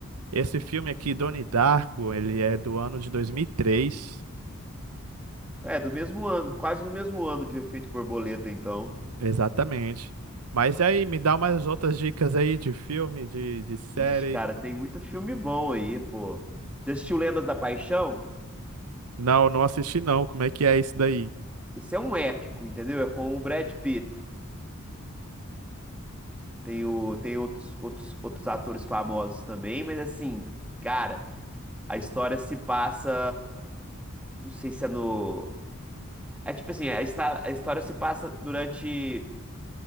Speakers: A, on the right; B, in the centre.
A: Esse filme aqui, Donnie Darko, ele é do ano de 2003,
B: É, do mesmo ano, quase do mesmo ano de Efeito Borboleta, então.
A: exatamente. Mas aí, me dá umas outras dicas aí de filme, de, de série.
B: Ixi, cara, tem muito filme bom aí, pô. Já assistiu Lendas da Paixão?
A: Não, não assisti não. Como é que é isso daí?
B: Esse é um épico, entendeu? É com o Brad Pitt. Tem, o, tem outros, outros, outros atores famosos também, mas assim, cara, a história se passa. Não sei se é no. É tipo assim, a, histó- a história se passa durante